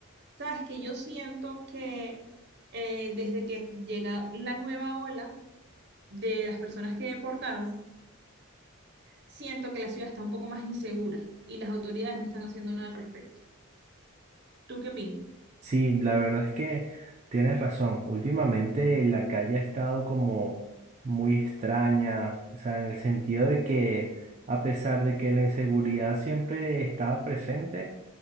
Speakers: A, on the right (about 50°); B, on the right (about 35°).
A: Sabes que yo siento que eh, desde que llega la nueva ola de las personas que deportaron, siento que la ciudad está un poco más insegura y las autoridades no están haciendo nada al respecto. ¿Tú qué opinas?
B: Sí, la verdad es que tienes razón. Últimamente la calle ha estado como muy extraña, o sea, en el sentido de que a pesar de que la inseguridad siempre estaba presente,